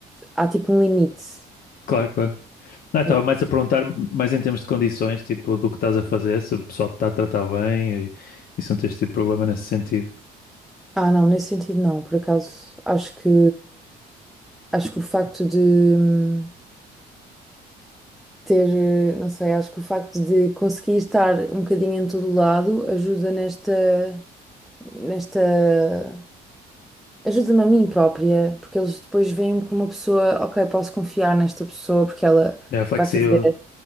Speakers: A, in the centre; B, on the left (about 60°).
A: Há tipo um limite.
B: Claro, claro. Não, eu estava
A: Yeah.
B: mais a perguntar, mais em termos de condições, tipo, do que estás a fazer, se o pessoal te está a tratar bem e, e se não tens tido problema nesse sentido.
A: Ah, não, nesse sentido não, por acaso, acho que acho que o facto de hum, ter, eh, não sei, acho que o facto de conseguir estar um bocadinho em todo o lado ajuda nesta, nesta, ajuda-me a mim própria, porque eles depois veem-me como uma pessoa, ok, posso confiar nesta pessoa porque ela
B: É flexível.
A: vai fazer,